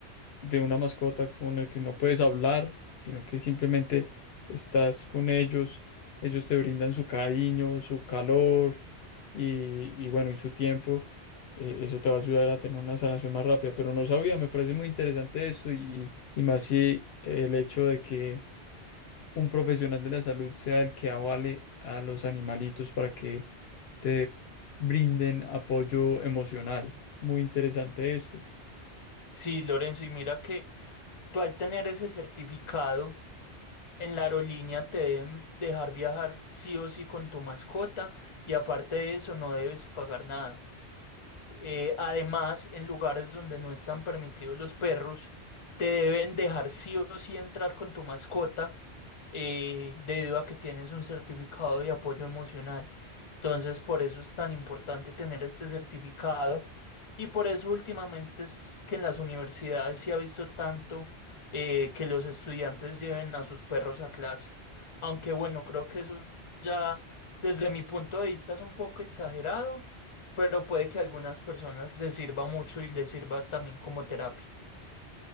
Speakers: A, on the left; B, on the left.
A: de una mascota con el que no puedes hablar, sino que simplemente estás con ellos, ellos te brindan su cariño, su calor y, y bueno, y su tiempo. Eh, eso te va a ayudar a tener una sanación más rápida, pero no sabía, me parece muy interesante esto y, y más si el hecho de que un profesional de la salud sea el que avale a los animalitos para que te brinden apoyo emocional. Muy interesante esto.
B: Sí, Lorenzo, y mira que tú al tener ese certificado en la aerolínea te deben dejar viajar sí o sí con tu mascota y aparte de eso no debes pagar nada. Eh, además, en lugares donde no están permitidos los perros, te deben dejar sí o sí entrar con tu mascota, eh, debido a que tienes un certificado de apoyo emocional. Entonces, por eso es tan importante tener este certificado y por eso últimamente es que en las universidades se ha visto tanto eh, que los estudiantes lleven a sus perros a clase. Aunque bueno, creo que eso ya desde mi punto de vista es un poco exagerado pero puede que a algunas personas les sirva mucho y les sirva también como terapia.